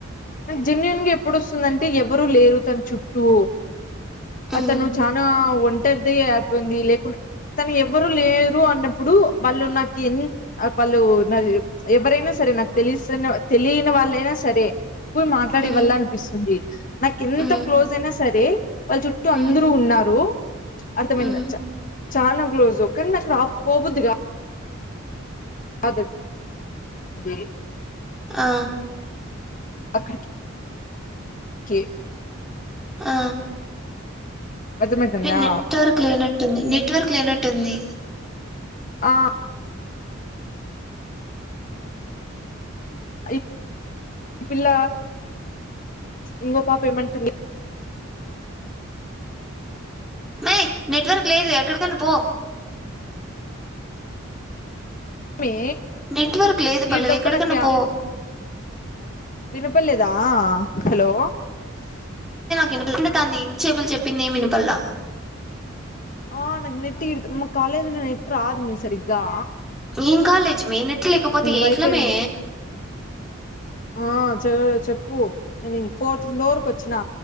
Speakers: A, on the left; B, in the centre.
A: అ జెన్యున్ గా ఎప్పుడు వస్తుందంటే ఎవరు లేరు తన చుట్టూ
B: ఉమ్
A: అతను ఆ ఒంటరిది అపోంది లేకున్ తను ఎవ్వరు లేరు అన్నప్పుడు వాళ్ళు నాకి ఎన్ ఆ వాళ్ళు నారిది ఎవరైనా సరే నాకు తెలిసిన తెలియని వాళ్ళైనా సరే పోయి మాట్లాడి
B: ఉమ్
A: ఇవ్వల్ల అనిపిస్తుంది నాకు ఎంత
B: ఉమ్
A: క్లోజ్ అయినా సర్ ఏ వల్ల చుట్టూ
B: ఉమ్
A: అన్ ఆరు అర్థమైంది
B: ఉమ్
A: నచ్చ చాలా క్లోజ్ కానీ నాకు రాపు పోవద్దుగా అదే అదే
B: ఆ
A: అక్కడికి కె
B: ఆ
A: అర్థమైతుందా
B: నిన్ యిట్టర్కలే లెనట్ నెట్వర్క్ లేనట్టుంది
A: ఆ ఇ పిల్ల ఇంగొ పాప ఏమంటుంది
B: మై నెట్వర్క్ లేదు ఎక్కడికన్నా పో
A: చెప్పు మే
B: నెట్వర్క్ లేదు పల్లవి
A: ఈడిదప్ప
B: ఎక్కడికన్నా
A: నాక్
B: పో
A: వినపడలేదా హలో
B: వినపడుతుందాంది ఇంచసేపు చెప్పినాదంత ఎమ్ వినుపల్లా
A: ఆ నాక్ నెట్ ఇ డ్ మ కాలేజ్లో నెట్ రాద్ మే సరిగ్గా
B: ఎమ్ కాలేజ్ మే నెట్ నెట్ లేకపోతే ఏట్లమే
A: వైఫై ఆ చె చెప్పు నేను ఫోర్త్ ఫ్లోర్ కు వచ్చినా